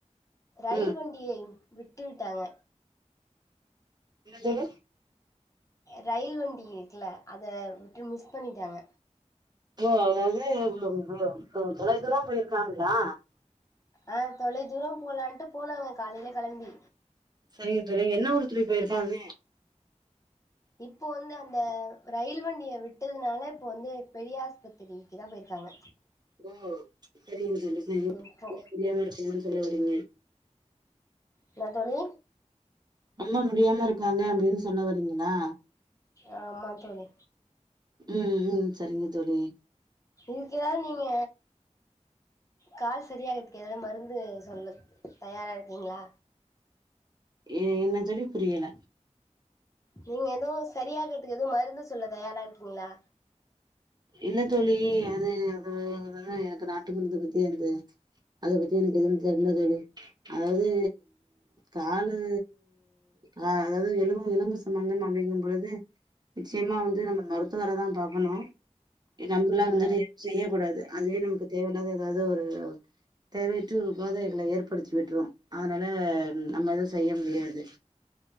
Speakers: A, on the left (about 25°); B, on the right (about 35°).
A: ரயில்
B: ம்
A: வண்டிய விட்டுட்டாங்க
B: என்ன
A: ரயில் வண்டி இருக்குல அத விட்டு மிஸ் பண்ணிட்டாங்க
B: ஓ அதாவது ஒ தொ தொலை தூரோ போயிருக்காங்களா
A: ஆ தொலை தூரோ போலான்ட்டு போனாங்க காலையில கெளம்பி
B: செரிங்க தோழி என்ன ஊருக்கு தோழி போயிருக்காங்க
A: இப்போ வந்து அந்த ரயில் வண்டிய விட்டதுனால இப்போ வந்து பெரியாஸ்பத்திரிக்குதா போயிருக் டாங்க
B: ம் செரிங்க தோழி செரிங்க
A: இப்போ
B: ஒன்னு புரியாம இருக்குனு சொல்ல வறீங்க
A: இல்ல தோழி
B: ரொம்ப முடியாம இருக்காங்க அப்டின்னு சொன்ன வரீங்களா
A: ஆமா தோழி
B: ம் ம் சரிங்க தோழி
A: இங்கியாது நீங்க கால் செரியாகதுக்கு ஏதாவது மருந்து சொல்ல தயாரா இருக்கீங்களா
B: ஏ என்ன சொல்லு புரியல
A: நீங்க எதோ செரியாகறதுக்கு எதுவும் மருந்து சொல்ல தயாரா இருக்கீங்களா
B: இல்ல தோழி அது அதுவ அதுவந்து எனக்கு நாட்டு மருந்து பத்தி எனக்கு அத பத்தி எனக்கு எதுவு தெரியல தோழி அதாவது காலு அ அதாவது எலும்பு எலும்பு சம்பந்தமா அப்டிங்கு பொழுது நிச்சயமா வந்து நம்ம மருத்துவர தா பாக்கணு இது நம்மளா
A: ஆ
B: வந்துட்டு செய்ய கூடாது அதுவே நமக்கு தேவயில்லாத ஏதாது ஒரு தேவையற்று போதைகள ஏற்படுத்தி விட்டுரும் அதனால நம்ம எதுவு செய்ய முடியாது